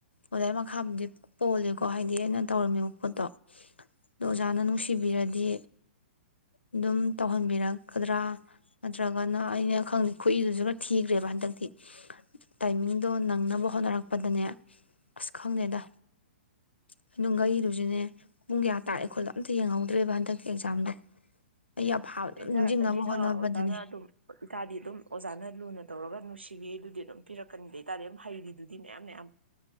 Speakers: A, on the left; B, on the right.
A: ꯑꯣꯖꯥ ꯃꯈꯥꯕꯨꯗꯤ ꯄꯣꯜꯂꯦꯀꯣ ꯍꯥꯏꯗꯤ ꯑꯩꯅ ꯇꯧꯔꯝꯃꯤꯕ ꯄꯣꯠꯇꯣ ꯑꯗꯣ ꯑꯣꯖꯥꯅ ꯅꯨꯡꯁꯤꯕꯤꯔꯗꯤ ꯑꯗꯨꯝ ꯇꯧꯍꯟꯕꯤꯔꯛꯀꯗ꯭ꯔꯥ ꯅꯠꯇ꯭ꯔꯒꯅ ꯑꯩꯅ ꯈꯪꯗꯦ ꯈꯨꯏꯗꯨꯁꯨ ꯈꯔ ꯊꯤꯈ꯭ꯔꯦꯕ ꯍꯟꯗꯛꯇꯤ ꯇꯥꯏꯃꯤꯡꯗꯣ ꯅꯪꯅꯕ ꯍꯣꯠꯅꯔꯛꯄꯗꯅꯦ ꯑꯁ ꯈꯪꯗꯦꯗ ꯑꯗꯨꯅꯨꯡ ꯉꯩꯗꯨꯁꯨꯅꯦ ꯄꯨꯡ ꯀꯌꯥ ꯇꯥꯔꯦ ꯈꯨꯣꯜꯗꯣ ꯑꯝꯇ ꯌꯦꯡꯍꯧꯗ꯭ꯔꯦꯕ ꯍꯟꯗꯛꯇꯤ ꯑꯦꯛꯖꯥꯝꯗꯣ ꯑꯩ ꯑꯐꯥꯕ
B: ꯄꯤꯖꯔꯛꯀꯅꯤꯗꯣ
A: ꯑꯗꯨꯝ ꯅꯤꯡꯁꯤꯡꯅꯕ ꯍꯣꯠꯅꯕꯗꯅꯦ
B: ꯑꯣꯖꯥꯅ ꯑꯗꯨꯝ ꯏꯁꯥꯗꯤ ꯑꯗꯨꯝ ꯑꯣꯖꯥꯅ ꯂꯨꯅ ꯇꯧꯔꯒ ꯅꯨꯡꯁꯤ ꯄꯤꯚꯤ ꯑꯗꯨꯗꯤ ꯑꯗꯨꯝ ꯄꯤꯔꯛꯀꯅꯤꯗꯕꯇꯥꯥꯔꯗꯤ ꯑꯗꯨ ꯍꯩꯔꯤꯗꯨꯗꯤ ꯃꯌꯥꯝ ꯃꯌꯥꯝ